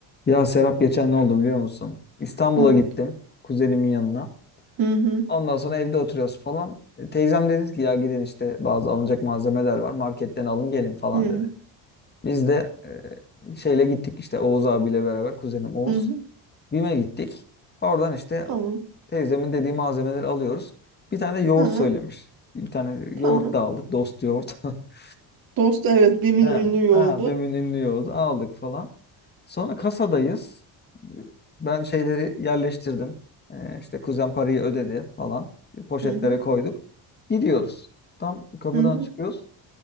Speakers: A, on the left; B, on the right.
A: Ya Serap geçen ne oldu biliyor musun? İstanbul'a
B: Evet.
A: gittim kuzenimin yanına.
B: Hı hı.
A: Ondan sonra evde oturuyoruz falan. E, Teyzem dedi ki ya gidin işte bazı alınacak malzemeler var marketten alın gelin falan
B: Hı
A: dedi. Biz de e, şeyle gittik işte Oğuz abiyle beraber kuzenim Oğuz.
B: hı.
A: BİM'e gittik. Oradan işte
B: Tamam.
A: teyzemin dediği malzemeleri alıyoruz. Bir tane de yoğurt
B: Hı.
A: söylemiş. Bir tane yoğurt
B: Tamam.
A: da aldık dost yoğurt. <laughs>
B: Dost evet BİM'in
A: He,
B: ünlü yoldu.
A: he, BEM'in ünlü yolu aldık falan. Sonra kasadayız. Ben şeyleri yerleştirdim. Ee, işte kuzen parayı ödedi falan. Poşetlere
B: Hı hı.
A: koyduk. Gidiyoruz. Tam kapıdan
B: Hı hı.
A: çıkıyoruz.